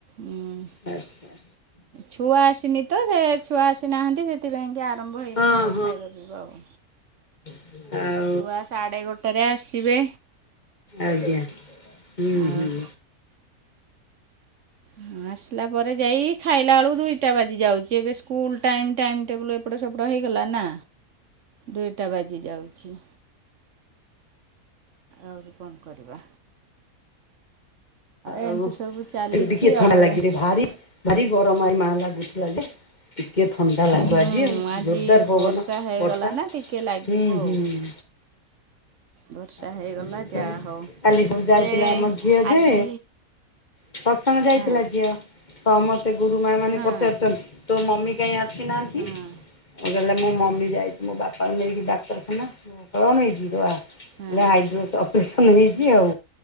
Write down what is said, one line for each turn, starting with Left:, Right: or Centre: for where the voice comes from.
Right: ଉଁ
Left: ଆଚ୍ଛା।
Right: ଛୁଆ ଆସିନି ତ, ସେ ଛୁଆ ଆସିନାହାନ୍ତି। ସେଥିପାଇଁ କି ଆରମ୍ଭ ହେଇନି
Left: ହଁ
Right: ଆଉ ଖାଇବା, ପିଇବା ଆଉ
Left: ଆ <unintelligible>
Right: ଛୁଆ ସାଢ଼େ ଗୋଟାରେ ଆସିବେ।
Left: ଆଜ୍ଞା ହୁଁ
Right: ଆଉ
Left: ହୁଁ।
Right: ହଁ ଆସିଲା ପରେ ଯାଇ ଖାଇଲା ବେଳକୁ ଦୁଇଟା ବାଜିଯାଉଚି। ଏବେ ସ୍କୁଲ୍ ଟାଇମ୍ ଟାଇମ୍ ଟେବୁଲ୍ ଏପ୍ ଏପଟେ ସେପଟେ ହେଇଗଲା ନା ଦୁଇଟା ବାଜି ଯାଉଛି। ଆଉ କଣ କରିବା? ଏମିତି
Left: ଆଉ
Right: ସବୁ ଚାଲିଛି
Left: ଟିକିଏ ଥଣ୍ଡା
Right: ଆଉ
Left: ଲାଗିରେ ଭାରି ଭାରି ଗରମ ଆଇ ମାଆ ଲାଗୁଥିଲା ଯେ। ଟିକେ ଥଣ୍ଡା ଲାଗିବ
Right: ହୁଁ
Left: ଯିଏ ଜୋରଦାର
Right: ଆଜି
Left: ପବନ
Right: ବର୍ଷା ହେଇଗଲା
Left: ବର୍ଷା
Right: ନା ଟିକେ ଲାଗିବ
Left: ହୁଁ
Right: ଆଉ
Left: ହୁଁ
Right: ବର୍ଷା ହେଇଗଲା
Left: <inaudible>
Right: ଯାହା ହଉ
Left: କାଲି ଉଁ
Right: ସିଏ
Left: ଯାଇଥିଲା ମଝିଆ
Right: ଆଜି
Left: ଯେ ପସଙ୍ଗ ଯାଇଥିଲା
Right: ହଁ
Left: ଝିଅ। ସମସ୍ତେ ଗୁରୁମା, ମାନେ
Right: ହଁ
Left: ପଚାରୁଚନ୍ତି ତୋ, ମମି କାହିଁ ଆସିନାହାନ୍ତି?
Right: ହଁ ହଁ
Left: ଆଉ କହିଲା ମୋ ମମି ଯାଇଛି ମୋ ବାପାଙ୍କୁ ନେଇକି ଡାକ୍ତରଖାନା। କଣ ହେଇଛି ତୋ ବାପ? କହିଲା
Right: ହଁ
Left: ହାଇଡ୍ରୋସ ଅପରେସନ ହେଇଚି। ଆଉ